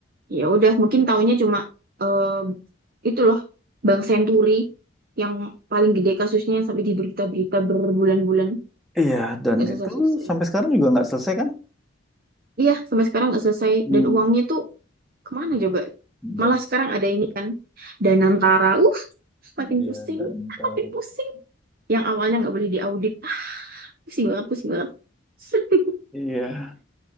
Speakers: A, on the right; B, in the centre.
A: ya udah mungkin taunya cuma eh, itu loh Bank Senturi yang paling gede kasusnya yang sampai di berita-berita berbulan-bulan
B: Iya, dan
A: nggak selesai-selesai.
B: itu sampai sekarang juga nggak selesai kan?
A: Iya, sampai sekarang nggak selesai
B: Hmm.
A: dan uangnya tuh kemana coba?
B: dan
A: Malah sekarang ada ini kan Danantara. Uh, makin
B: iya
A: pusing,
B: dan ntar
A: makin pusing. yang awalnya nggak boleh diaudit ah pusing banget pusing banget <laughs>
B: iya